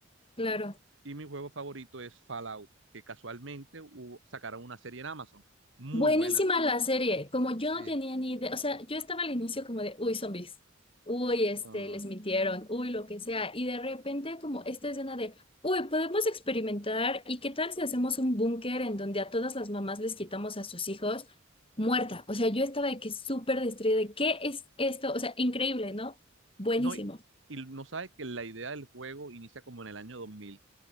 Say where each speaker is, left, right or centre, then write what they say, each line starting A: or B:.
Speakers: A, on the left; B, on the right.
A: claro.
B: Y mi juego favorito es Fallout, que casualmente hubo- sacaron una serie en Amazon. Muy
A: Buenísima
B: buena.
A: la serie, como yo
B: Sí.
A: no tenía ni idea, o sea, yo estaba al inicio como de, uy, zombies, uy, este,
B: No,
A: les mintieron, uy, lo que sea, y de repente como esta escena de, uy, podemos experimentar y qué tal si hacemos un búnker en donde a todas las mamás les quitamos a sus hijos muerta, o sea, yo estaba de que súper destruida, de, ¿qué es esto? O sea, increíble, ¿no? Buenísimo.
B: no, y, y no sabes que la idea del juego inicia como en el año 2000,